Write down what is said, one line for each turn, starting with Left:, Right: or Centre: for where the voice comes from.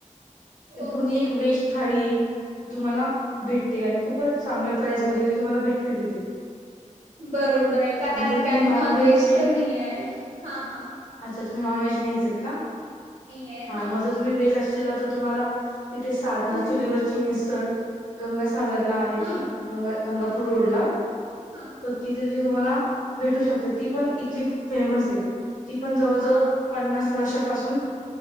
Left: ती
Right: ओके.
Left: पूर्ण एक व्हेज थाळी तुम्हाला भेटते आणि खूपच चांगल्या प्राईज मध्ये तुम्हाला भेटते तिथे.
Right: बरोबर हाय, कारण
Left: आणि जर
Right: की
Left: तुम्ही
Right: आम्ही
Left: नॉनव्हेजचे
Right: नॉन व्हेज तर, नाही हाय. हा हा.
Left: अच्छा तुम्ही नॉन व्हेज नाहीचएत का?
Right: आहे
Left: हा
Right: हां
Left: म जर तुम्ही व्हेज आशीला तर तुम्हाला तिथे साधना
Right: हम्म
Left: चुलीवरची मिसळ गंगासागरला आहे
Right: हां
Left: ती, गंग गंगापूर
Right: हां हां
Left: रोडला
Right: हां
Left: तर तिथे म्हंजे तुम्हाला भेटू शकते. ती पण इथली खूप फेमस ए. ती पण जवळजवळ
Right: हां
Left: पन्नास वर्ष पासून